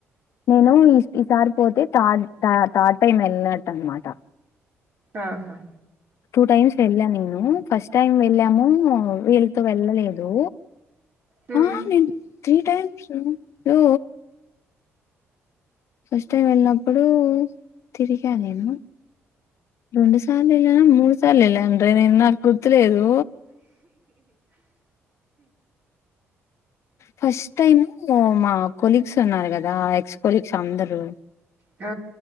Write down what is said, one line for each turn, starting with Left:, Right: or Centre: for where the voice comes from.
Left: నేను ఈ ఈసారి పోతే థర్డ్ థర్డ్ టైమ్ వెళ్ళినట్టు అనమాట
Right: ఆహా
Left: టూ టైమ్స్ వెళ్ళా నేను ఫస్ట్ టైం వెళ్ళాము వీళ్ళతో వెళ్ళలేదు
Right: హ్మ్
Left: ఆ నన్ త్రీ టైమ్స్ రూ ఫస్ట్ టైం వెళ్ళినప్పుడు తిరిగా నేను రెండు సార్లు వెళ్ళానా మూడు సార్లు వెళ్ళాను నేను నాకు గుర్తులేదు ఫస్ట్ టైమ్ ఓ మా కొలీగ్స్ ఉన్నారు కదా ఎక్స్ కొలీగ్స్ అందరు
Right: ఆ